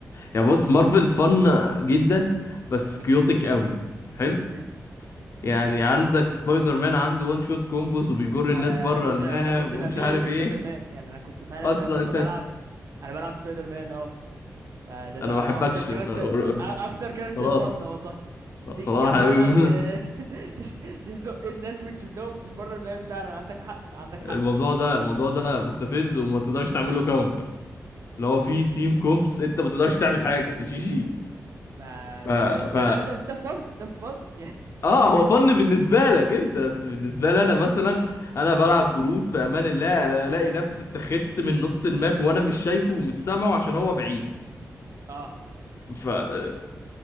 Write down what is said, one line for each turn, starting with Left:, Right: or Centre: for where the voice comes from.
Left: يعني بص مارفل فن جدا بس
Right: جميل
Left: كيوتك قوي حلو
Right: مم.
Left: يعني عندك سبايدر مان عنده وان شوت كومبوز وبيجر الناس
Right: انا
Left: بره
Right: انا كنت
Left: الماب
Right: انا كنت
Left: ومش
Right: بمين
Left: عارف ايه
Right: سبايدر مان يعني انا كنت فعلا
Left: اصلا
Right: بجد
Left: انت
Right: لما بلعب
Left: انت-
Right: انا بلعب سبايدر مان اه فده ده
Left: انا ما بحبكش
Right: اكتر كاركتر
Left: آه،
Right: اكتر كاركتر
Left: خلاص
Right: فن والله تيجي
Left: خلاص
Right: كده
Left: يا
Right: فعلا
Left: حبيبي.
Right: انت
Left: <laughs>
Right: <laughs> تزق الناس وتشدهم في بره الملعب فعلا عندك حق عندك حق
Left: الموضوع ده الموضوع ده مستفز وما تقدرش تعمل له كاونتر اللي هو في تيم كومبس انت ما تقدرش تعمل حاجه <laughs> جي جي
Right: ما
Left: ف
Right: ما, ما ما
Left: ف
Right: ده ده ده فن ده فن يعني
Left: اه هو فن بالنسبه لك انت بس بالنسبه لي انا مثلا انا بلعب جرود في امان الله الاقي نفسي اتخذت من نص الماب وانا مش شايفه ومش سامعه عشان هو بعيد
Right: <laughs> اه
Left: ف آه، آه،